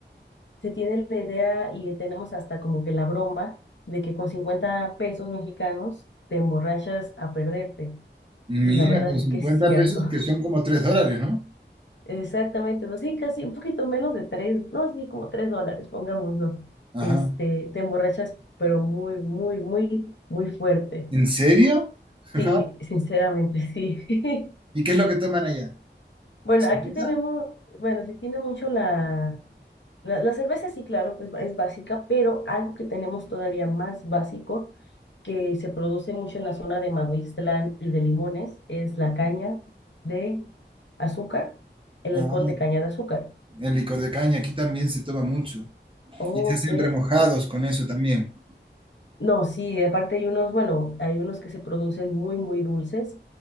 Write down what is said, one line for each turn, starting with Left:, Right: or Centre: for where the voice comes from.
Left: se tiene la idea y tenemos hasta como que la broma de que con 50 pesos mexicanos te emborrachas a perderte. Y
Right: Mira,
Left: la verdad
Right: con
Left: es
Right: cincuenta
Left: que es cierto.
Right: pesos que son como 3 dólares, ¿no?
Left: <laughs> Exactamente, no, sí, casi un poquito menos de tres, no, sí, como tres dólares, pongámoslo.
Right: Ajá.
Left: Este, te emborrachas, pero muy, muy, muy, muy fuerte.
Right: ¿En serio? Ajá.
Left: Sí, sinceramente, sí. <laughs>
Right: ¿Y qué es lo que toman allá?
Left: Bueno,
Right: ¿Cerveza?
Left: aquí tenemos, bueno, sí tiene mucho la, la, la cerveza, sí, claro, pues es básica, pero algo que tenemos todavía más básico, que se produce mucho en la zona de Maguixtlán y de Limones, es la caña de azúcar, el
Right: Ah,
Left: alcohol de caña de azúcar.
Right: el licor de caña, aquí también se toma mucho.
Left: Ok,
Right: Y se hacen remojados con eso también.
Left: No, sí, aparte hay unos, bueno, hay unos que se producen muy, muy dulces,